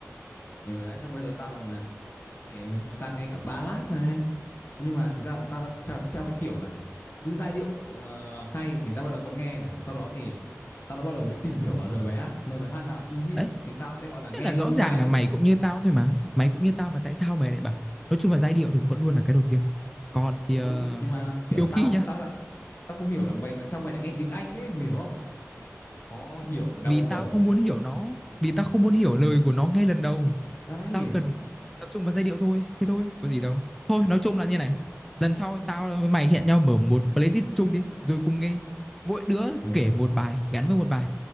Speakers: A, on the left; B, in the centre.
A: ừ đấy xong bây giờ tao còn ờ, mẹ, sang nghe cả ballad này nhưng mà thực ra là tao theo cái kiểu là cứ giai điệu ờ, hay thì tao bắt đầu tao nghe này sau đó thì tao đã bắt đầu tìm hiểu vào lời bài hát lời bài hát nào ý nghĩa
B: đấy
A: thì tao sẽ gọi là nghe
B: thế là
A: lâu
B: rõ ràng
A: dài
B: là
A: ấy
B: mày cũng như tao thôi mà mày cũng như tao mà tại sao mày lại bảo nói chung là giai điệu thì vẫn luôn là cái đầu tiên còn thì
A: ừ
B: ờ,
A: thì, nhưng mà kiểu
B: nhiều
A: tao
B: khi nhá
A: tao đã tao không hiểu là mày tại sao mày lại nghe tiếng Anh ấy mày hiểu không khó hiểu và đau
B: vì tao
A: đầu
B: không muốn hiểu nó vì tao không muốn hiểu lời của nó ngay lần đầu
A: đấy
B: tao cần tập trung vào giai điệu thôi thế thôi có gì đâu thôi nói chung là như này lần sau tao với mày hẹn nhau mở một playlist chung đi rồi cùng nghe mỗi đứa
A: ừ
B: kể một bài gắn với một bài